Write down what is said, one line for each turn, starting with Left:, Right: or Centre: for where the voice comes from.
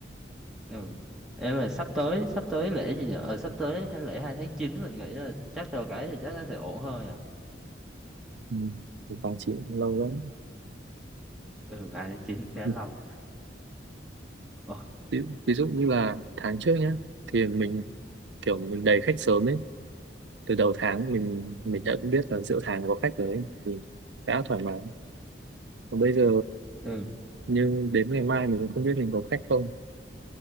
Centre: ừ. Ê, mà sắp tới sắp tới lễ gì nhở ờ, sắp tới hay lễ hai tháng chín mình nghĩ là chắc được cái thì chắc nó sẽ ổn hơn nhở
Right: ừ. thì Quảng Trị cũng lâu lắm
Centre: ừ 2 tháng chín khá
Right: ừ.
Centre: lâu ờ,
Right: ví, ví dụ như là tháng trước nhá thì mình kiểu mình đầy khách sớm ấy từ đầu tháng mình mình đã biết là giữa tháng có khách rồi ấy. thì đã thoải mái còn bây giờ
Centre: ừ
Right: nhưng đến ngày mai mình cũng không biết mình có khách không